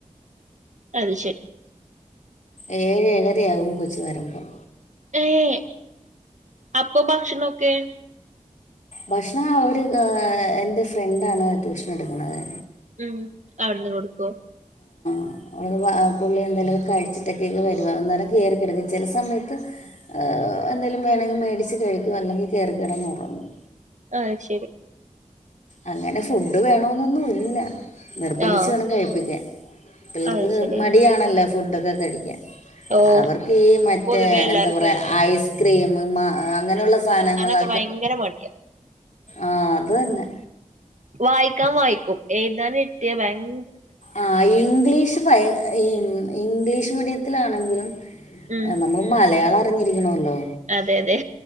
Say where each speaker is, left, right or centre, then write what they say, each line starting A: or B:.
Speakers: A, on the right (about 65°); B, on the left (about 70°).
A: അത് ശെരി.
B: ഏഴ് ഏഴരയാകും കൊച്ച് ‌ വരുമ്പോൾ
A: ഏഹ്, അപ്പം ഭക്ഷണൊക്കെ?
B: ഭക്ഷണം അവര്, ഏഹ് എന്റെ ഫ്രണ്ടാണ് ട്യൂഷനെട്ക്ക്‌ണത്
A: ഉം, അവിട്ന്ന് കൊടുക്കോ?
B: <unintelligible> പുള്ളി എന്തെങ്കിലൊക്കെ കഴിച്ചിട്ടൊക്കെക്കാ വരുവാ, അന്നേരം കേറി കെടക്കും. ചെല സമയത്ത് ആഹ്, എന്തേലും വേണങ്കിൽ മേടിച്ച് കഴിക്കും, അല്ലെങ്കിൽ കയറി കെടന്ന് ഉറങ്ങും.
A: ആഹ് ശെരി.
B: അങ്ങനെ ഫുഡ് വേണന്നൊന്നും ഇല്ല. നിർബന്ധിച്ച്
A: ആഹ്
B: വേണം കഴിപ്പിക്കാൻ പിള്ളേക്ക്
A: ആഹ് ശരി
B: മടിയണല്ലോ ഫുഡൊക്കെ കഴിക്കാൻ
A: ഓഹ്
B: അവർക്ക് ഈ മറ്റേ
A: പൊതുവേ എല്ലാർക്കും
B: എന്താ പറയാ
A: അങ്ങനെ
B: ഐസ്ക്രീം, മാങ്ങ് അങ്ങനെയുള്ള സാധനങ്ങളാ
A: പ്പം ഭയങ്കര മടിയാ
B: ആഹ്, അത് തന്നെ
A: വായിക്കാം വായിക്കും എഴുതാൻ ഇരുത്തിയാൽ ഭയം
B: ആ ഇംഗ്ലീഷ് ഭയ ഈ ഇംഗ്ലീഷ് മീഡിയത്തിലാണെങ്കിലും?
A: ഉം
B: നമ്മൾ മലയാളം അറിഞ്ഞിരിക്കണല്ലോ.
A: അതെ അതെ